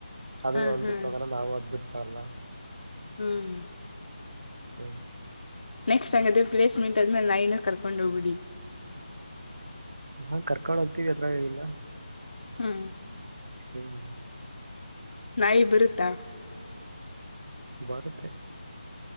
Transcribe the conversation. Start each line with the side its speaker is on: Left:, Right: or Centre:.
Right: ಅದು
Left: ಹಾ
Right: ನನ್
Left: ಹಾ
Right: ಬಿಟ್ಟೋಗಲ್ಲ ನಾವು ಅದನ್ನು ಬಿಡ್ ಅಲ್ಲ
Left: ಹ್ಮ್
Right: ಹ್ಮ್
Left: ನೆಕ್ಸ್ಟ್ ಆಂಗದೆ ಪ್ಲೇಸ್ಮೆಂಟ್ ಆದ್ಮೇಲೆ ನಾಯಿನು ಕರ್ಕೊಂಡ ಹೋಗ್ಬಿಡಿ
Right: ಹಾ ಕರ್ಕೊಂಡ ಹೋಗ್ತಿವಿ ಅದರ ಲ್ಲೇನಿಲ್ಲ
Left: ಹ್ಮ್
Right: ಹ್ಮ್
Left: ನಾಯಿ ಬರುತ್ತಾ
Right: ಬರುತೆ